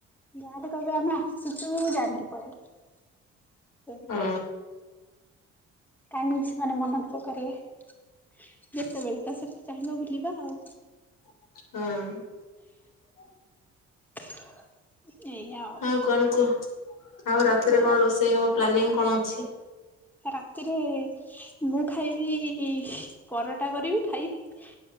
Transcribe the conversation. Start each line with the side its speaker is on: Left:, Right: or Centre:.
Centre: ଯା ହେଲେ କହିବେ ଆମେ ଆସୁଚୁ ଜାଣିକି ପଳେଇଲେ। <unintelligible>
Left: ହଁ
Centre: କାହିଁକି ସେମାନେ ମନ ଦୁଃଖ କରିବେ। ଯେତେବେଳେ ତ ସେତେ ଚାହିଁବ ବୁଲିବା ଆଉ।
Left: ହଁ।
Centre: <inaudible> ଆଉ।
Left: ଆଉ ରାତିରେ
Centre: ଆଉ
Left: କଣ ରୋଷେଇ ହବ ପ୍ଲାନିଂ କଣ ଅଛି?
Centre: ରାତିରେ ମୁଁ ଖାଇବି ପରଟା କରିବି ଖାଇବି।